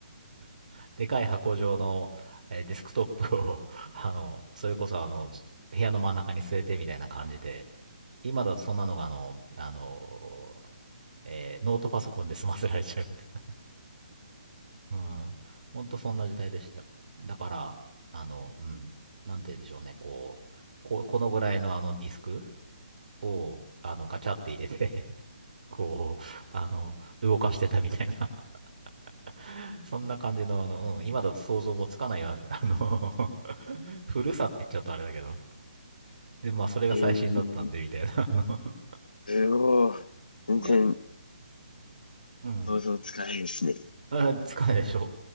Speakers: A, on the right; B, on the left.
A: <laughs> でかい箱状の、えーデスクトップを <laughs> あの、それこそ、あの、部屋の真ん中に据えてみたいな感じで、今だとそんなのが、あの、あの、えーノートパソコンで済ませられちゃうみたいなうん。ほんとそんな時代でしたよ。だから、あの、うん。なんて言うんでしょうね。こう、こう、このぐらいのあのディスクを、あの、ガチャって入れて <laughs> こう、あの、動かしてたみたいな <laughs> そんな感じの、あの、うん、今だと想像もつかないよあの <laughs> 古さって言っちゃうとあれだけど。で、まあ、それが最新だったんで、
B: えー、
A: みたいな。あの
B: すごい。
A: <laughs>
B: 全然
A: いや、うん。
B: 想像つかないですね。
A: <laughs> あ、つかないでしょ